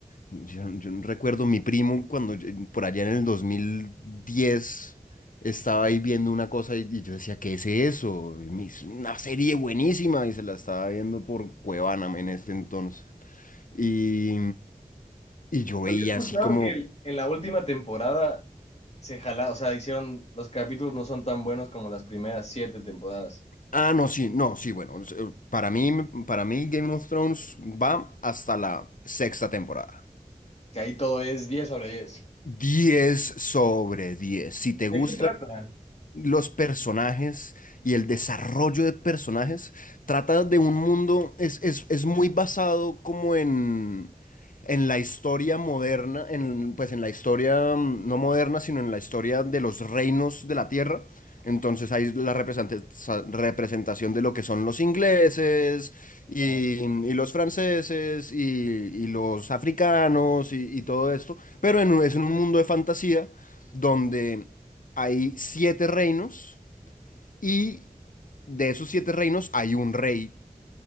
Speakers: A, on the left; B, on the left.
A: Yo, yo no recuerdo mi primo cuando yo- por allá en el 2010 estaba ahí viendo una cosa y, y yo decía, ¿qué es eso? Y me hizo una serie buenísima y se la estaba viendo por Cuevana en ese entonces. Y, y yo
B: Pues
A: veía
B: yo
A: así
B: he escuchado
A: como,
B: que el- en la última temporada se jala, o sea, hicieron, los capítulos no son tan buenos como las primeras siete temporadas,
A: ah, no, sí, no, sí, bueno, es- eh, para mí, para mí Game of Thrones va hasta la sexta temporada.
B: que ahí todo es diez sobre 10.
A: diez sobre diez Si te
B: ¿De
A: gusta,
B: qué trata?
A: los personajes y el desarrollo de personajes. Trata de un mundo, es, es, es muy basado como en, en la historia moderna, en, pues en la historia mm, no moderna, sino en la historia de los reinos de la tierra. Entonces hay la represente- sa- representación de lo que son los ingleses
B: Ya.
A: y, y los franceses y, y los africanos y, y todo esto, pero en un- es un mundo de fantasía donde hay siete reinos y de esos siete reinos hay un rey